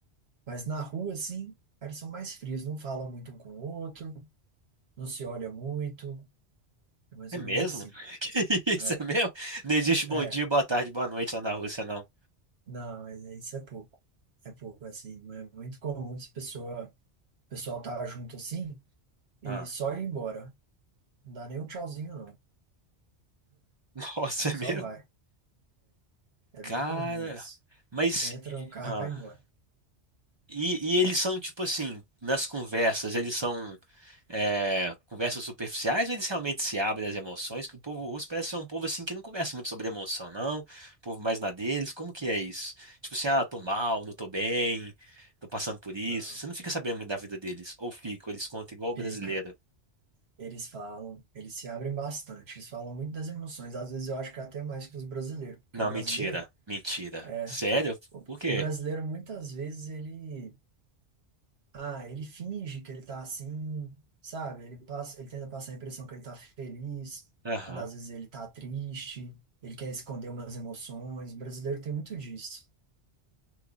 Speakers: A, on the right; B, on the right.
A: Mas na rua, assim, eles são mais frios, não falam muito um com o outro, não se olham muito. É mais
B: É
A: ou
B: mesmo?
A: menos assim.
B: <laughs> Que isso,
A: É,
B: é mesmo? Não existe bom
A: é.
B: dia, boa tarde, boa noite lá na Rússia, não.
A: Não, mas é- isso é pouco. É pouco, assim. Não é muito comum se pessoa, o pessoal tá junto assim e
B: Ah.
A: só ir embora. Não dá nem um tchauzinho, não.
B: <laughs> Nossa, é
A: Só
B: mesmo?
A: vai. É
B: Cara,
A: bem comum isso.
B: mas.
A: Entra no carro
B: Ah.
A: e vai embora.
B: E, e eles são tipo assim, nas conversas, eles são. é, conversas superficiais ou eles realmente se abrem às emoções? Que o povo russo parece ser um povo assim que não conversa muito sobre emoção, não. O povo mais na deles. Como que é isso? Tipo assim, ah, tô mal, não tô bem, tô passando por isso.
A: Não,
B: Você não fica sabendo muito da vida deles. Ou fica, ou eles contam igual o
A: pica.
B: brasileiro.
A: Eles falam, eles se abrem bastante, eles falam muito das emoções. Às vezes eu acho que é até mais que os brasileiros, porque
B: Não,
A: o brasileiro
B: mentira, mentira.
A: é
B: Sério?
A: o,
B: Por quê?
A: o brasileiro muitas vezes ele ah, ele finge que ele tá assim, sabe? Ele passa, ele tenta passar a impressão que ele tá feliz,
B: Aham.
A: quando às vezes ele tá triste, ele quer esconder umas emoções. O brasileiro tem muito disso.